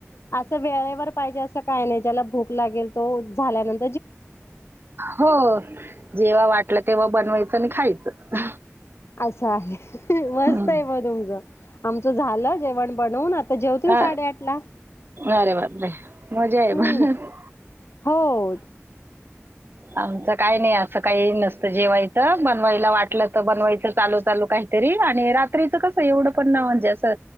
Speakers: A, on the left; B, on the right.
A: असं वेळेवर पाहिजे असं काय नाही, ज्याला भूक लागेल तो झाल्यानं
B: हो जेव्हा वाटलं तेव्हा बनवायचं आणि खायचं.
A: असं आहे मस्त
B: हं.
A: आहे म तुमचं आमचं झालं जेवण बनवून आ आ जेवतील
B: अ,
A: साडेआठ ला
B: अरे बाप रे मजा आहे
A: हम्म
B: प
A: हो
B: आमचं काही नाही असं काही नसतं जेव्हाय बनवायला वाटलं तर बनवायचं चालू चालू काहीतरी आणि रात्रीच कसं एवढं पण ना म्हणजे असं